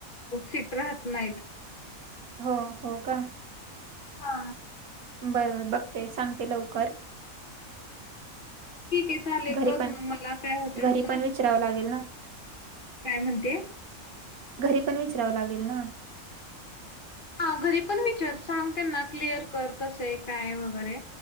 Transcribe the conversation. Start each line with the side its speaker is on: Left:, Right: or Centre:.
Left: सीट राहत नाहीत
Right: हो, हो का
Left: हा
Right: बर, बर बघते सांगते लवकर
Left: ठीक आहे चालेल
Right: घरी
Left: बघ
Right: पण
Left: मग मला काय होतं
Right: घरी पण विचारावं लागेल ना
Left: काय म्हणते
Right: घरी पण विचरावं लागेल ना
Left: हा घरी पण विचार सांग त्यांना क्लिअर कर कसं आहे काय वगैरे